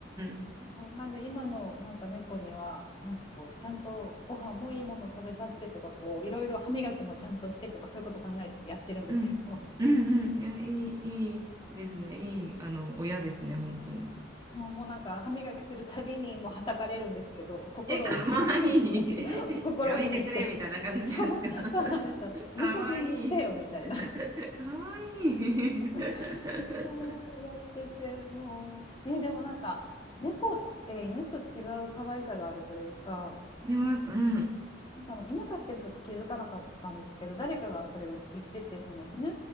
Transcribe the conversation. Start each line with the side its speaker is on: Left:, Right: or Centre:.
Right: ん
Left: そうなんで今のなんか猫にはなんかこうちゃんとご飯もいいものを食べさせてとかこういろいろ歯磨きもちゃんとしてとかそういうこと考えてやってるんですけど
Right: うん。うん。うんうん。いや、いい、いいですね。いい、あの、親ですね、本当に。
Left: そうもうなんか歯磨きするたびにもうはたかれるんですけど心を鬼
Right: え、かわいい。
Left: <laughs> 心を鬼にしてそう、
Right: <laughs> やめてくれ、みたいな感じですか。<laughs>
Left: そうなんですよいい加減にしてよみたいな
Right: かわいい。かわいい。<laughs>
Left: <laughs> そうやっててもう、ね、でもなんか猫って犬と違う可愛さがあるというか
Right: あります。うん。
Left: なんかあの犬飼ってる時気づかなかったんですけど誰かがそれを言っててその犬